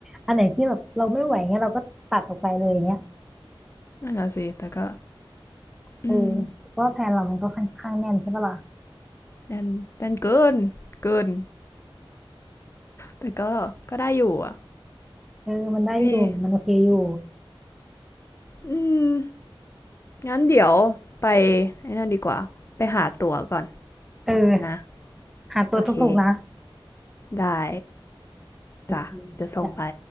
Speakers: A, in the centre; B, on the left (about 30°).
A: อันไหนที่แบบเราไม่ไหวเงี้ยเราก็ตัดออกไปเลยเงี้ย
B: นั่นแหละสิแต่ก็
A: เออ
B: อืม
A: เพราะว่าแผนเรามันก็ค่อนข้างแน่นใช่ปะล่ะ
B: แน่นแน่นเกินเกิน แต่ก็ก็ได้อยู่อ่ะ
A: เออมันได้อยู่
B: เย่
A: มันโอเคอยู่
B: อืมงั้นเดี๋ยวไปไอ้นั่นดีกว่าไปหาตั๋วก่อน
A: เออ
B: นะ
A: หาตัวถูกๆนะ
B: โอเคได้
A: โอเค
B: จ้ะจะส่งไป
A: จ้ะ